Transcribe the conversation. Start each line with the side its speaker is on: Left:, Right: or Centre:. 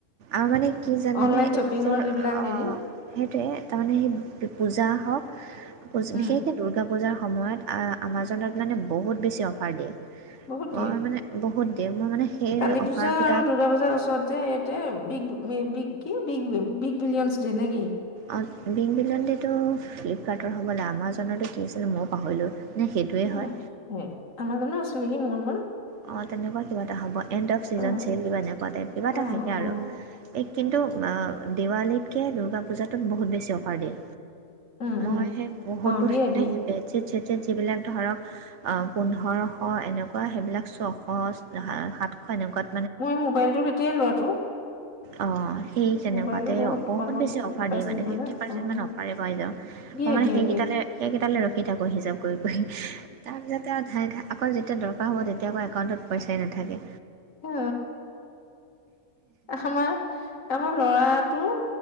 Right: আৰু মানে কি জানে
Left: অনলাইন
Right: নে
Left: শ্বপিঙৰ
Right: এই যে অ
Left: যিবিলাক হেৰি
Right: সেইটোয়ে তাৰমানে সেই পূজা হওক জ
Left: উম,
Right: বিশেষকৈ দুৰ্গা পূজাৰ সময়ত আমাজনত মানে বহুত বেছি অফাৰ দিয়ে
Left: বহুত
Right: মই
Left: দিয়ে
Right: মানে বহুত দিম মই মানে সেই
Left: কালি
Right: অফাৰকেইটাত
Left: পূজা আৰু দূৰ্গা পূজাৰ ওচৰত যে ইতে বিগ বি কি বিগ বিগ বিলিয়নছ ডে নে কি
Right: অ বিন বিলণ্টো ফ্লিপকাৰ্টৰ হ'বলৈ আমাজনো কি আছিল ময় পাহৰিলোঁ নে সেইটোৱে
Left: উম
Right: হয়
Left: আমাৰজন আছিল নেকি মোৰ ম
Right: অ তেনেকোৱা কিবা এটা হ'ব এণ্ড অফ চিজন
Left: অ'।
Right: চ কিবা এনেকোৱা টাই কিবা
Left: অ',
Right: এটা থাকে
Left: অ',
Right: আৰু এই কিন্তু দেৱালীতকে দুৰ্গা পূজাটোত বহুত বেছি অফাৰ দিয়ে
Left: উম,
Right: মই
Left: উম,
Right: সেই বহুত
Left: অ',
Right: বছৰ
Left: দিয়ে
Right: মানে
Left: দিয়ে
Right: সেই বেচে বিলাক ধৰক পোন্ধৰ শ এনেকোৱা সেইবিলাক এক ছশ সাতশ এনেকোৱাত
Left: মোৰ মোবাইলটো তেতিয়াই লোৱাটো
Right: অ সেই তেনেকুৱাতে
Left: মোবাইলটো
Right: বহুত
Left: কমত
Right: বেছি অফাৰ
Left: পাইছিলো
Right: দিয়ে মানে ফিফটি পাৰ্চেন্ট
Left: অ',
Right: মান অফাৰে পাই যাওঁ
Left: দিয়ে
Right: মই মানে
Left: দিয়ে
Right: সেইকেইটালে
Left: দিয়ে।
Right: সেইকেটালে ৰখো সেই আকৌ হিচাপ কৰি তাৰপিছতে আৰু আকৌ যেতিয়া দৰকাৰ হ'ব তেয়া তেতিয়াকৌ একাউণ্টত পইচাই নাথাকে
Left: অ আমাৰ আমাৰ লৰাটো